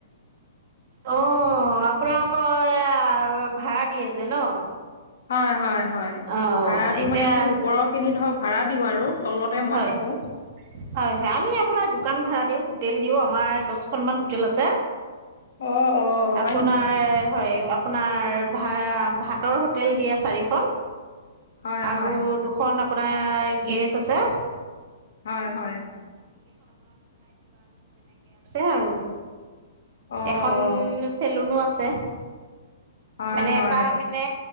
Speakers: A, on the right; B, on the left.
A: অ, আপোনোলোকৰ এয়া। ভাড়া দি আছে ন।
B: হয় হয় হয়
A: অ'
B: ভাড়া দিওঁ
A: এতিয়া
B: মানে কি ওপৰৰ খিনি ধৰক ভাড়া দিওঁ আৰু তলতে মই
A: হয়,
B: থাকো
A: হয় হয় আমি আপোনাৰ দোকান ভ়াডা দিও হোটেল দিও আমাৰ দহখনমান হোটেল আছে।
B: অ অ
A: আপোনাৰ
B: হয় নেকি
A: হয় আপোনাৰ ভাই ভাতৰ হোটেল দি আছে চাৰিখন
B: হয়
A: আৰু
B: হয়
A: দুখন আপোনাৰ গ্ৰেৰ্ড আছে।
B: হয় হয়
A: আৰু
B: অ
A: এখন
B: অ
A: চেলুনো আছে।
B: হয়
A: এনে
B: হয়
A: এটা মানে